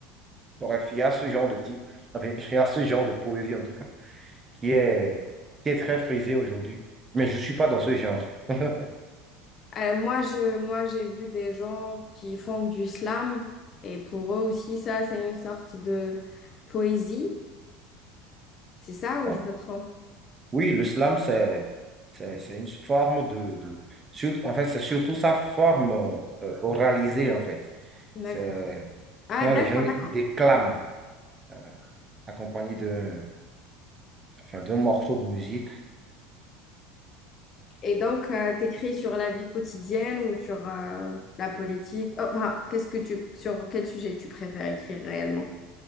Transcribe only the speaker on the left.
Euh, moi, je, moi, j'ai vu des gens qui font du slam. Et pour eux aussi, ça, c'est une sorte de poésie. C'est ça ou
je me trompe?
D'accord.
Ah,
d'accord,
d'accord.
Et donc, euh, t'écris sur la vie quotidienne ou sur euh, la politique? Oh, enfin, qu'est-ce que tu, sur quel sujet tu préfères écrire réellement?